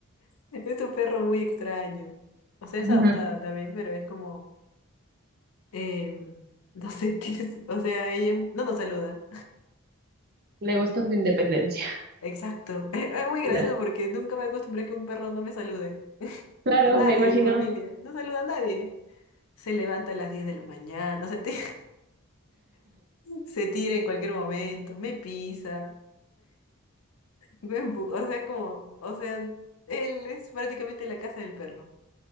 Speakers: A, on the left; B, on the right.
A: Es un perro muy extraño. O sea,
B: Ajá.
A: es adoptada también, pero es como, em, no sé, <laughs> tienes- o sea, ella no nos saluda.
B: Le gusta su independencia.
A: Exacto. <laughs> Es muy gracioso
B: Le-
A: porque nunca me acostumbré a que un perro no me salude.
B: Claro,
A: A nadie
B: me imagino.
A: de la familia. No saluda a nadie. Se levanta a las 10 de la mañana. O sea, <laughs> te- se tira en cualquier momento. Me pisa. Me empu- o sea, como. O sea, él es prácticamente la casa del perro.